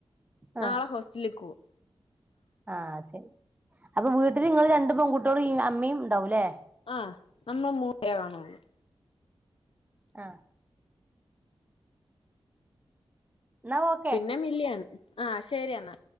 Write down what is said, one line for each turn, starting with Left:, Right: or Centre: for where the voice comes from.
Right: ആ
Left: നാള ഹോസ്റ്റലിക്ക് പോകും
Right: ആ ശരി അപ്പ വീട്ടില് നിങ്ങൾ രണ്ട് പെൺകുട്ട്യോളും ഈ അമ്മയും ഉണ്ടാവൂല്ലേ
Left: ആ നമ്മ മൂത്തയാളാണു പോയേ
Right: ആ എന്നാ ഓക്കെ
Left: പിന്നെ മില്ലിയാണ് ആ ശെരിയെന്നാ